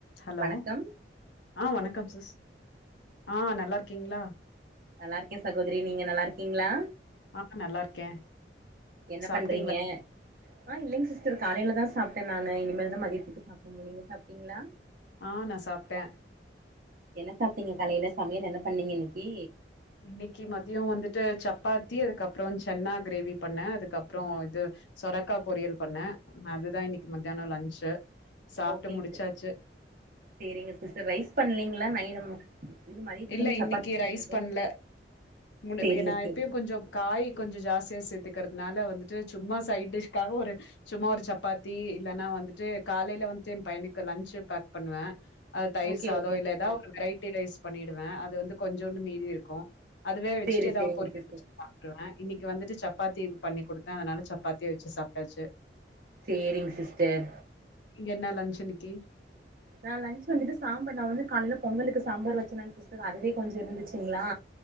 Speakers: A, on the left; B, on the right.
A: ஹலோ
B: வணக்கம்
A: ஆ வணக்கம் சிஸ் ஆ நல்லாருக்கிங்ளா
B: நல்லாருக்கே சகோதரி நீங்க நல்லாருக்கிங்ளா
A: ஆ நல்லாருக்கே
B: என்ன
A: சாப்ட்டிங்ளா
B: பண்றீங்க ஆ இல்லைங் சிஸ்டர் காலைலதா சாப்ட்ட நானு இனிமேல்தா மதியத்துக்கு சாப்படணு நீங்க சாப்ட்டிங்ளா
A: ஆ நா சாப்ட்ட
B: என்ன சாப்ட்டிங்க காலையில சமையல் என்ன பண்ணிங்க இன்னைக்கு
A: இன்னைக்கு மதிய வந்துட்டு சப்பாத்தி அதுக்கப்ற சன்னா கிரேவி பண்ண அதுக்கப்ற இது சொரக்கா பொரியல் பண்ண அதுதா இன்னைக்கு மதியான லன்ச்சு சாப்ட்டு
B: ஓகேங்
A: முடிச்சாச்சு
B: சி செரிங்க சிஸ்டர் ரைஸ் பண்லிங்ளா நை இது மதியத்துக்கு
A: இல்ல
B: வந்து சப்பாத்தி
A: இன்னைக்கு
B: செஞ்சுட்ருக்கே
A: ரைஸ் பண்ல மு
B: சேரிங்க
A: நா
B: சேரிங்க
A: எப்பயு கொஞ்ச காய் கொஞ்ச ஜாஸ்தியா சேத்து க்கறதுனால வந்துட்டு சும்மா சைடிஷ்க்காக ஒரு சும்மா ஒரு சப்பாத்தி இல்லன்னா வந்துட்டு காலைல வந்துட்டு எம் பையனுக்கு லன்ச்சு பேக் பண்ணுவே அது தயிர்
B: ஓகே
A: சாத
B: ஓகேங்க
A: இல்ல
B: சிஸ்டர்
A: எதா ஒரு வெரைட்டி ரைஸ் குடுத்துடுவே அது வந்து கொஞ்ஜோன்னு மீதி இருக்கும் அதுவே வச்சுட்டு
B: சேரி
A: ஏதாவது
B: சேரிங்க
A: பொரியல்
B: சிஸ்டர்
A: வச்சுட்டு சாப்ட்ருவா இன்னைக்கு வந்துட்டு சப்பா சப்பாத்தி இது பண்ணி கொடுத்தே அதனால சப்பாத்திய வச்சு சாப்ட்டாச்சு
B: சரிங்க சிஸ்டர்
A: நீங்க என்ன லன்ச் இன்னிக்கு
B: நா லன்ச் வந்துட்டு சாம்பார் நான் வந்து காலையில பொங்கலுக்கு சாம்பார் வச்சினாங்க சிஸ்டர் அதுவே கொஞ்சம் இருந்துச்சுங்களா